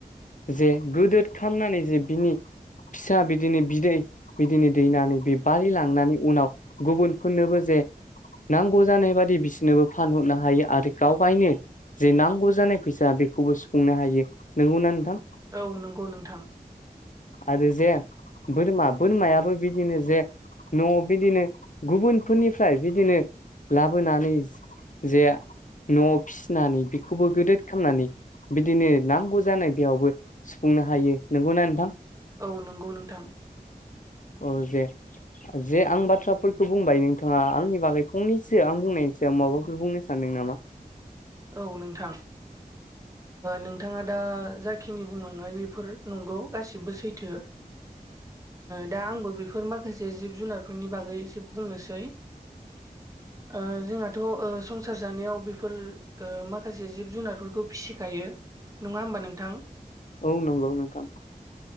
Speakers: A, on the left; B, on the right.
A: जे गोदोद खामनानै जे बिनि फिसा बिदिनो बिदै बिदिनो दैनानै बे बारि लांनानै उनाव गुबुनफोरनोबो जे नांगौ जानाय बादि बिसोरनोबो फानहरनो हायो आरो गाव गायनो जे नांगौ जानाय फैसा बेखौबो सुफुंनो हायो नंगौना नोंथां।
B: औ नंगौ नोंथां
A: आरो जे बोरमा बोरमायाबो बिदिनो जे न'आव बिदिनो गुबुनफोरनिफ्राय बिदिनो लाबोनानै जे न' आव फिसिनानै बेखौबो गोदद खामनानै बिदिनो नांगौ जानाय बेयावबो सुफुंनो हायो नंगौना नोंथां।
B: औ नंगौ नोंथां
A: औ जे जे आं बाथ्राफोरखौ बुंबाय नोंथाङा आंनि बागै फंनैसो आं बुंनायनि सायाव माबाफोर बुंनो सानदों नामा।
B: औ नोंथां नोंथाङा दा जाखिनि बुंलांनाय बेफोर नंगौ गासिबो सैथो दा आंबो बेफोर माखासे जिब-जुनारफोरनि बागै एसे बुंनोसै ओ जोंहाथ' संसार जानायाव बेफोर ओ माखासे जिब जुनारफोरखौ फिसिखायो नङा होमबा नोंथां
A: औ नंगौ नोंथां